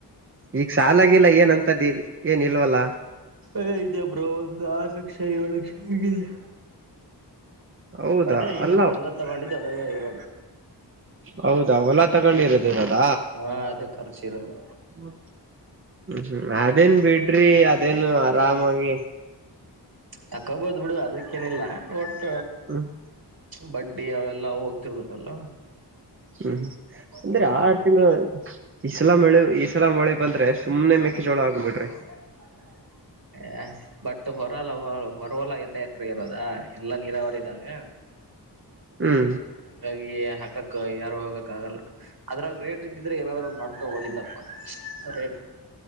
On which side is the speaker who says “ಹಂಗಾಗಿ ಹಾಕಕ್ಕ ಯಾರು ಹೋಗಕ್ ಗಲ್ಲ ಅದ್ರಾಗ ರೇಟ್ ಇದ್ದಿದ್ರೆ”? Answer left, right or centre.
Right